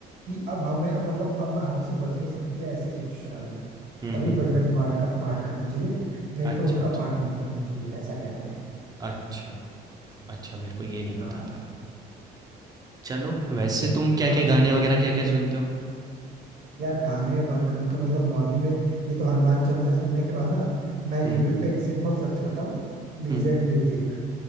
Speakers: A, on the right; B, on the right.
A: कि अब हमें मतलब अब हमसे बच नहीं सकते ऐसी सिचुएशन आ जाए
B: हुँ,
A: तभी
B: हुँ,
A: बजरंग
B: हुँ।
A: बाण का पाठ करना चाहिए नहीं
B: अच्छा,
A: तो उसका
B: अच्छा।
A: पाठ नहीं करना चाहिए ऐसा कहते हैं
B: अच्छा, अच्छा मेरे को ये नहीं
A: हाँ
B: पता था। चलो, वैसे तुम
A: नहीं,
B: क्या-क्या
A: बाकी हनुमान
B: गाने वगैरह क्या-क्या सुनते हो?
A: यार गाने में बात करूँ तो मतलब मॉर्निंग में ये तो हनुमान चालीसा सुनने के बाद ना मैं यूट्यूब
B: हुँ,
A: पे एक सिंपल सर्च करता हूँ प्लीजेंट
B: हुँ।
A: म्यूजिक